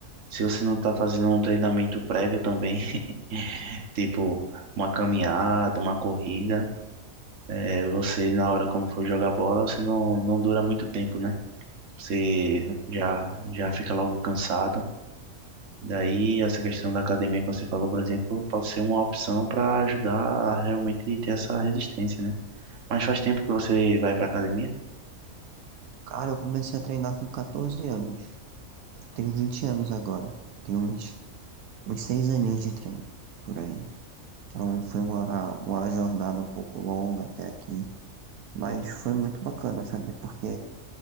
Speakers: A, on the right; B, on the right.
A: se você não tá fazendo um treinamento prévio também, <laughs> tipo uma caminhada, uma corrida, é, você na hora quando for jogar bola, você não, não dura muito tempo, né? Você
B: É verdade.
A: já já fica logo cansado. Daí, essa questão da academia que você falou, por exemplo, pode ser uma opção para ajudar a realmente ter essa resistência, né? Mas faz tempo que você vai para academia?
B: Cara, eu comecei a treinar com 14 anos. Tenho 20 anos agora. Tenho uns, uns 6 aninhos de treino, por aí. Então, foi uma, uma jornada um pouco longa até aqui. Mas foi muito bacana, sabe? Porque